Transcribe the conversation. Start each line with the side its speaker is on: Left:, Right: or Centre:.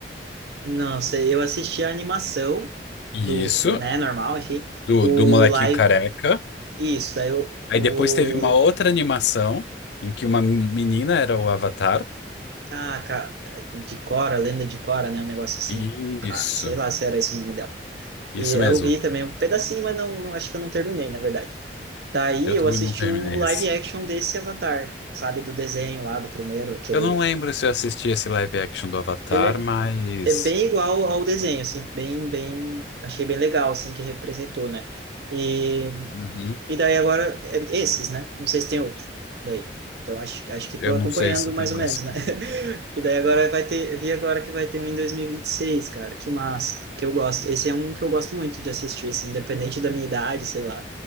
Right: Não sei, eu assisti a animação
Left: E
Right: do,
Left: Isso,
Right: né, normal, enfim,
Left: do,
Right: o
Left: do molequinho
Right: live
Left: careca.
Right: Isso, daí o,
Left: Aí
Right: o
Left: depois teve uma outra animação em que uma menina era o Avatar.
Right: ah, cara, de Cora, Lenda de Cora, né, um negócio assim.
Left: E
Right: Cara,
Left: isso,
Right: sei lá se era esse o nome dela.
Left: isso
Right: E eu
Left: mesmo.
Right: vi também um pedacinho, mas não, não acho que eu não terminei, na verdade. Daí
Left: Eu
Right: eu
Left: também
Right: assisti
Left: não terminei
Right: o live
Left: esse.
Right: action desse Avatar, sabe, do desenho lá do primeiro, aquele
Left: Eu não lembro se eu assisti esse live action do Avatar,
Right: ele
Left: mas.
Right: é, é bem igual ao desenho, assim, bem bem, achei bem legal assim que representou, né? E
Left: Uhum.
Right: E daí agora, é esses, né? Não sei se tem outro daí. Então, acho, acho que estou
Left: Eu não
Right: acompanhando
Left: sei se tem
Right: mais
Left: mais
Right: ou menos,
Left: que.
Right: né? <laughs> E daí agora vai ter, vi agora que vai ter um em 2026, cara. Que massa, que eu gosto. Esse é um que eu gosto muito de assistir, assim, independente da minha idade, sei lá.